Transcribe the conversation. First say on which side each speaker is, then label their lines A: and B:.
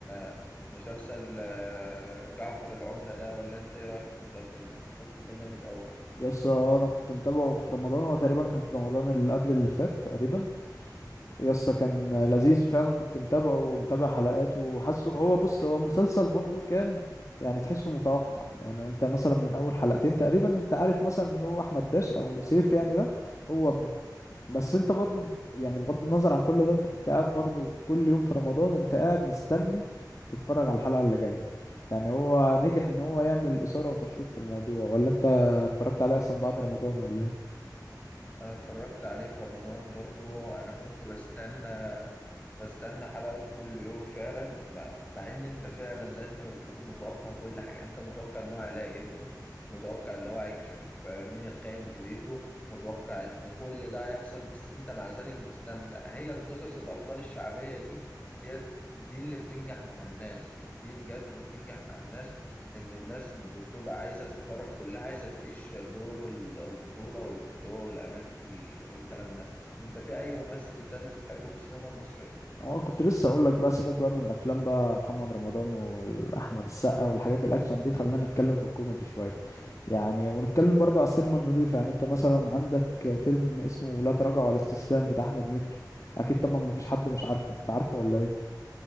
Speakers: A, on the left; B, on the left.
A: آه، مسلسل آه، جعفر العمدة ده ولا أنت إيه رأيك في المسلسل ده؟ المسلسل ده جامد قوي
B: يس انا كنت متابعه في رمضان هو تقريبا كان في رمضان اللي قبل اللي فات تقريبا يسا كان لذيذ فعلا كنت متابعه ومتابع حلقاته وحاسه هو بص هو مسلسل برضو كان يعني تحسه متوقع يعني انت مثلا من اول حلقتين تقريبا انت عارف مثلا ان هو احمد داش او سيف يعني ده هو ابنه بس انت برضو ب- يعني بغض النظر عن كل ده انت كنت قاعد برضو كل يوم في رمضان انت قاعد مستني تتفرج على الحلقة اللي جاية يعني هو نجح ان هو يعمل اثارة وتشويق في الموضوع ولا انت اتفرجت عليه اصلا بعد رمضان ولا ايه
A: انا اتفرجت عليه في رمضان برضه انا كنت بستنى بستنى حلقته كل يوم فعلا مع, مع ان انت فعلا زي انت ما بتقول متوقع كل حاجه انت متوقع ان هو هيلاقي ابنه متوقع ان هو هيكشف آه، مين الخاين في بيته متوقع ان كل ده هيحصل بس انت مع ذلك مستمتع هي القصص الابطال الشعبيه دي دي, دي اللي بتنجح مع الناس دي بجد بتنجح مع الناس لأن الناس بتبقى عايزة تتفرج كلها عايزة تعيش دور ال- البطولة والفتوة والأماكن وال- والكلام ده أنت في أي ممثل تاني بتحبه في السينما المصرية؟
B: اه كنت لسه اقول لك بقى سيبك بقى من الافلام بقى محمد رمضان واحمد السقا والحاجات الاكشن دي خلينا نتكلم في الكوميدي شويه يعني ونتكلم برضه على السينما النظيفه يعني انت مثلا عندك فيلم اسمه لا تراجع ولا استسلام بتاع احمد مكي اكيد طبعا ما فيش حد مش عارفه انت عارفه ولا ايه